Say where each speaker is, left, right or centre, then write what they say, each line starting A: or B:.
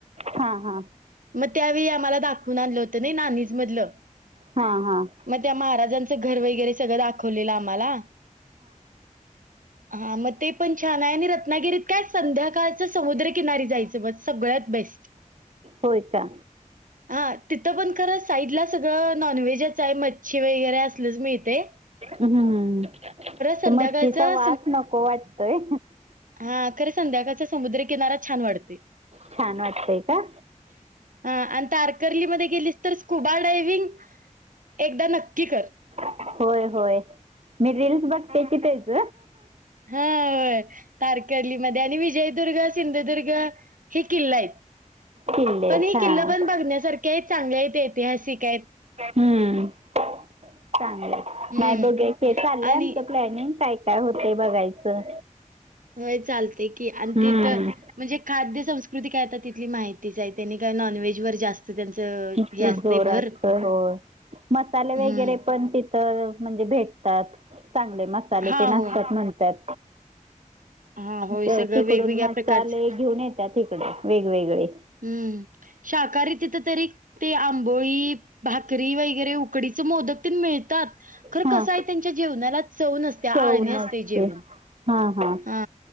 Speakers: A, on the right; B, on the right.
A: हा, हा.
B: मग त्यावेळी आम्हाला दाखवून आणलं होतं नाही नानिज मधलं.
A: हा हा हा
B: मग त्या महाराजांचं घर वगैरे सगळं दाखवलेलं आम्हाला. हा मग ते पण छान आहे आणि रत्नागिरीत काय संध्याकाळ समुद्रकिनारी जायच बघ सगळ्यात बेस्ट.
A: होय का
B: हा तिथं पण खरं साईडला सगळं नॉनव्हेजच आहे मच्छी वगैरे असलंच मिळतय.
A: हम्म
B: संध्याकाळचं
A: तर मच्छीचा वास नको वाटतोय.
B: हा खर संध्याकाळचा समुद्रकिनारा छान वाटतोय.
A: छान वाटतय का?
B: हा आणि तारकर्लीमध्ये गेलीस तर स्कुबा डायविंग- - एकदा नक्की कर.
A: होय होय मी रील्स बघते की तेज-
B: हा -होय तारकर्लीमध्ये आणि विजयदुर्ग- सिंधुदुर्ग हे किल्लयत
A: किल्ले
B: पण
A: आहेत,
B: हे
A: हा
B: किल्ल पण बघण्या सारख ते चांगलेत ऐतिहासिक आहेत.
A: हम्म. चांगलं.
B: हं
A: नाही बघुया की. चाललंय
B: आणि
A: आमचं प्लॅनिंग काय - काय होत बघायचं.
B: होय चालतय की आणि
A: हम्म.
B: तिथ म्हणजे खाद्य संस्कृती काय आता तिथली माहितीच आहे त्यांनी काय नॉनव्हेज वर जास्त- - त्यांचं
A: कीती
B: हे असते
A: जोरात?
B: भर
A: होय. मसाले
B: हम्म.
A: वगैरे पण तिथं. म्हणजे भेटतात. चांगले मसाले
B: हा
A: तेन असत्यात
B: होय.
A: म्हणतात.
B: हा होय
A: मग
B: सगळं
A: ति - तिकडून
B: वेगवेगळ्या
A: मसाले
B: प्रकारचे
A: घेऊन येत्यात इकडे वेगवेगळे.
B: हम्म शाकाहारी तिथं तरी ते आंबोळी, भाकरी वगैरे उकडीच मोदक तेन मिळतात. खरं
A: हा.
B: कसं आहे त्यांच्या जेवणाला चव नसत्या आळणी
A: चव नसते.
B: असतय जेवण.
A: हा हा.
B: हा